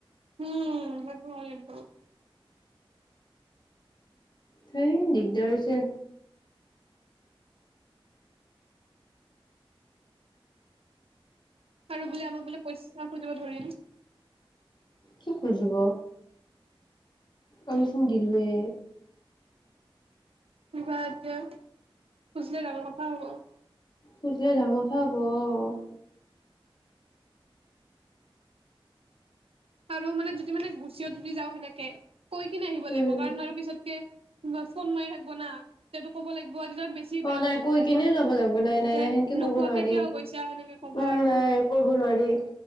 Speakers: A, on the right; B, on the left.
A: উম ম সেইতো হয় কিন্ত
B: সেই দিগদাৰ হৈছে
A: আৰু বোলে আমাক বোলে পইচা খুজিব ধৰিল।
B: কি খুজিব আমি
A: উম
B: চোন দিলোৱে
A: কিবা এতিয়া খুজিলে ডাঙৰ কথা হ'ব
B: খুজিলে ডাঙৰ কথা হ'ব অ'
A: আৰু মানে যদি মানে গুচিওঁ যদি যাওঁ সেনেকৈ কৈ কিনে আহিব লাগিব
B: উম
A: কাৰণ আৰু পিছতকে কিবা ফোন মাৰি থাকিব না তেতিয়া তো ক'ব লাগিব তেতিয়া বেছি বেয়া
B: অ' নাই
A: হ'ব
B: কৈ
A: কথাটো
B: কেনে যাব লাগিব নাই নাই
A: যে
B: নাই সেনকে
A: নোকোৱাকে
B: কব নোৱাৰি
A: কিয় গৈছা সেনেকে ক'ব
B: উম
A: আৰু
B: নাই ক নোৱাৰি